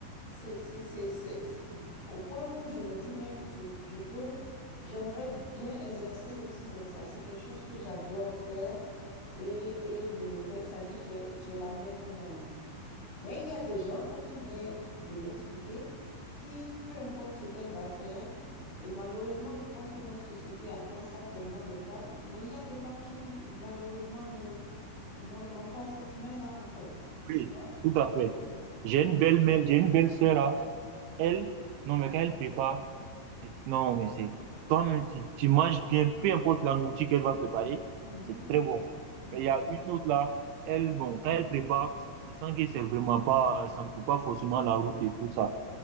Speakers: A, on the left (about 50°); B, on the right (about 75°).
A: C'est, c'est, c'est, c'est, c'est- au point où je me dis même, je, je peux, j'aimerais bien exercer aussi dans ça. C'est quelque chose que j'adore faire et, et je le fais. Ça dit, j'ai, j'ai la main, comme on le dit. Mais il y a des gens, comme tu viens de l'expliquer, qui, peu importe ce qu'elle va faire, et malheureusement, je pense que notre société attend ça tellement des femmes, mais il y a des femmes qui, malheureusement, ne, n'ont n'ont pas cette main-là, en fait.
B: Oui,
A: Tu vois?
B: tout à fait. J'ai une belle mère, j'ai une belle sœur là. elle, non, mais quand elle prépare, c'est, non, mais c'est, comme tu, tu manges bien, peu importe la nourriture qu'elle va préparer,
A: Mhm.
B: c'est très bon.
A: Ouais.
B: Mais il y a une autre là, elle, bon, quand elle prépare, tu sens que c'est vraiment pas, ça ne trouve pas forcément la route et tout ça.